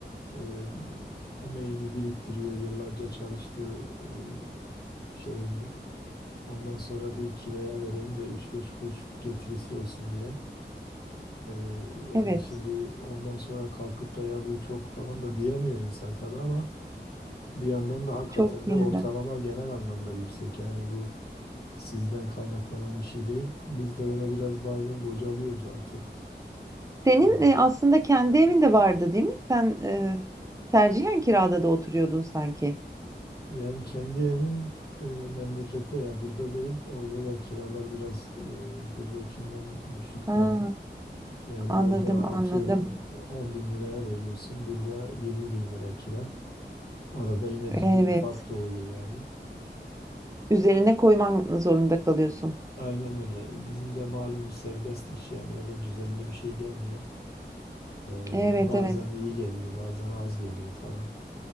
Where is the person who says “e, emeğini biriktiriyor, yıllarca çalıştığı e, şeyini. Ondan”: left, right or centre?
Left